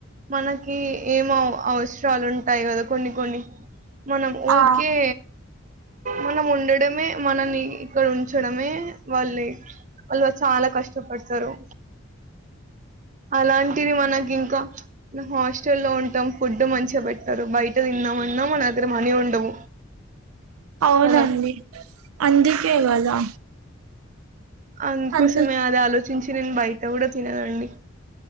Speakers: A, on the right; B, on the right.
A: మనకి ఏం అవసరాలు ఉంటాయి కదా కొన్ని కొన్ని మనం ఊకే
B: ఆ
A: మనం ఉండడమే మనల్ని ఇక్కడ ఉంచడమే వాళ్ళే వాళ్వ చాలా కష్టపడతారు అలాంటిది మనకి ఇంకా హాస్టల్ లో ఉంటాం ఫుడ్ మంచిగా పెట్టారు బయట తిందాం అన్న మన దగ్గర మణి ఉండవు
B: అవునండి
A: కదా
B: అందుకే కదా
A: అందుకోసమే
B: అందు
A: అది ఆలోచించి నేను బయట కూడా తినన్నండి